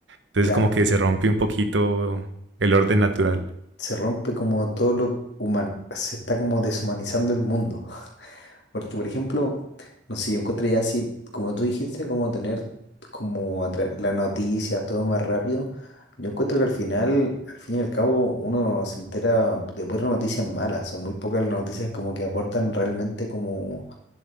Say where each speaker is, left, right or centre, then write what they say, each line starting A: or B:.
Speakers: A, on the right; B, on the left.
A: Entonces
B: Claro,
A: como que se rompe un poquito el orden natural.
B: se rompe como todo lo humano, se está como deshumanizando el mundo. Porque, por ejemplo, no sé, yo encontré ya así, como tú dijiste, como tener como atra- las noticias, todo más rápido. Yo encuentro que al final, al fin y al cabo, uno se entera de puras noticias malas. Son muy pocas las noticias como que aportan realmente como